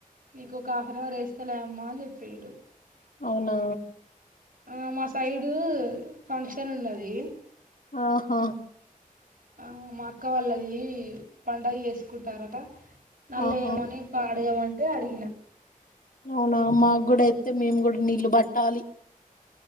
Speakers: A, on the right; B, on the left.
A: మీకు ఒక హాఫ్ అన్ అవర్ వేస్తలే అమ్మా అని చెప్పిండు
B: అవునా
A: ఆ మా సైడు ఫంక్షన్ ఉన్నది
B: ఆహా
A: ఆ మా అక్క వాళ్ళది పడుగ చేేసుకుంటారట నల్ల
B: ఆహా
A: ఏమని పాడగమంటే ట్టే అడిగిన
B: అవునా మాకుడ చేప్తే మేము కూడా నీళ్లు బట్టాలి